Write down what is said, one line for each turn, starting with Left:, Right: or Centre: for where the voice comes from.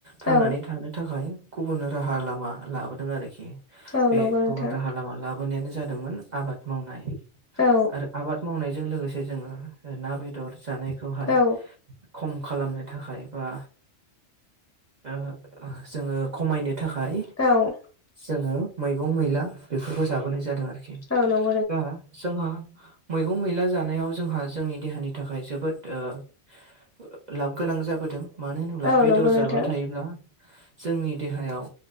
Right: थांनानै
Left: औ
Right: थानो थाखाय गुबुन राहा लामा लाबोदों आरोखि।
Left: औ
Right: बे
Left: नंगौ नोंथां
Right: गुबुन राहा लामा लाबोनायानो जादोंमोन आबाद मावनाय
Left: औ
Right: आरो आबाद मावनायजों लोगोसे जोङो ओ ना बेदर जानायखौहाय
Left: औ
Right: खम खालामनो थाखाय बा ओ जोङो खमायनो थाखाय
Left: औ
Right: जोङो मैगं मैला बेफोरखौ जाबोनाय जादों आरोखि।
Left: औ नं
Right: दा जोंहा मैगं मैला जानायाव जोंहा जोंनि देहानि थाखाय जोबोद ओ लाब गोनां जाबोदों मानो होनोब्ला
Left: औ
Right: बेदर
Left: नंगौ नोंथां
Right: जाबाय थायोब्ला जोंनि देहायाव